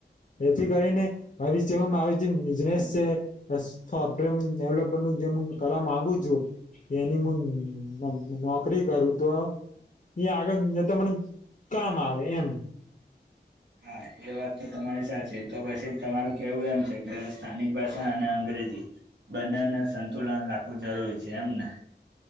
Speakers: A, on the left; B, on the right.
A: એથી કરીને ભવિષ્યમાં મારી જે બિઝનેસ છે સ સોફ્ટવેર ડેવલપર જે મું કરવા માંગુ છું એની મું નો નોકરી કરું તો એ આગળ જતા મને કામ આવે એમ
B: હા એ વાત તો તમારી સાચી તો પછી તમારું કેવું એમ છે કે સ્થાનિક ભાષા અને અંગ્રે જી બંનેને સંતુલન રાખવું જરૂરી છે એમને